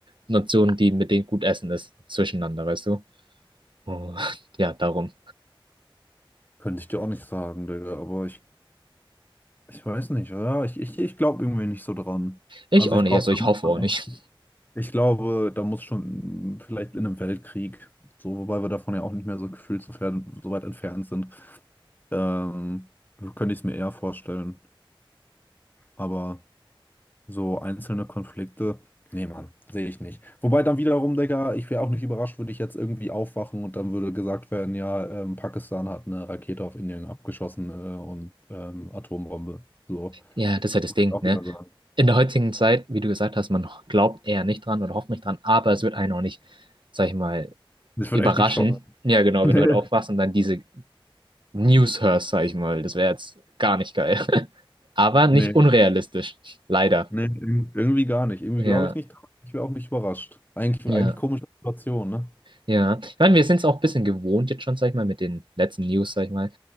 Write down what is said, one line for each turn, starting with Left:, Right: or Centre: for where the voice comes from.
Right: Nationen, die mit denen gut essen ist, zwischeneinander, weißt du? Und ja, darum.
Left: Könnte ich dir auch nicht sagen, Digga, aber ich, ich weiß nicht, oder? Ich, ich, ich glaube irgendwie nicht so dran.
Right: Ich
Left: Also
Right: auch
Left: ich
Right: nicht,
Left: glaube,
Right: also
Left: da
Right: ich
Left: muss
Right: hoffe
Left: schon
Right: auch nicht.
Left: echt- ich glaube, da muss schon mm, vielleicht in einem Weltkrieg, so, wobei wir davon ja auch nicht mehr so gefühlt so, fern, so weit entfernt sind, ähm, könnte ich es mir eher vorstellen. Aber so einzelne Konflikte, nee, Mann, sehe ich nicht. Wobei dann wiederum, Digga, ich wäre auch nicht überrascht, würde ich jetzt irgendwie aufwachen und dann würde gesagt werden, ja, ähm, Pakistan hat eine Rakete auf Indien abgeschossen, äh, und ähm, Atombombe. So.
Right: Ja, das ist ja das Ding,
Left: Auch
Right: ne?
Left: wieder so.
Right: In der heutigen Zeit, wie du gesagt hast, man glaubt eher nicht dran oder hofft nicht dran, aber es wird einen auch nicht, sag ich mal,
Left: Das
Right: überraschen.
Left: wird echt nicht schocken.
Right: Ja, genau,
Left: <laughs>
Right: wenn du halt aufwachst und dann diese Newshurst, sag ich mal. Das wäre jetzt gar nicht geil. <laughs> Aber nicht
Left: Nee.
Right: unrealistisch. Leider.
Left: Nee, nee, irg- irgendwie gar nicht. Irgendwie
Right: Ja,
Left: glaube ich nicht. Ich wäre auch nicht überrascht. Eigentlich,
Right: ja,
Left: eigentlich komische Situation, ne?
Right: ja. Ich meine, wir sind es auch ein bisschen gewohnt jetzt schon, sag ich mal, mit den letzten News, sag ich mal,